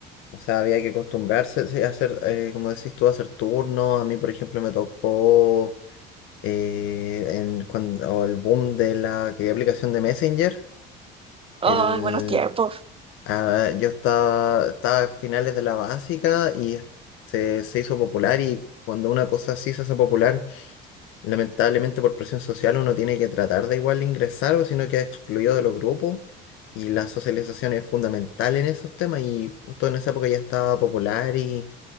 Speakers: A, on the left; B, on the right.
A: O sea, había que acostumbrarse sí, a hacer, eh, como decís tú, a hacer turnos. A mí, por ejemplo, me tocó eh, en, cuando el boom de la que aplicación de Messenger.
B: Ay,
A: El,
B: buenos tiempos.
A: ah, yo estaba, estaba a finales de la básica y se, se hizo popular y cuando una cosa así se hace popular Lamentablemente por presión social uno tiene que tratar de igual ingresar o si no queda excluido de los grupos y la socialización es fundamental en esos temas y justo en esa época ya estaba popular y,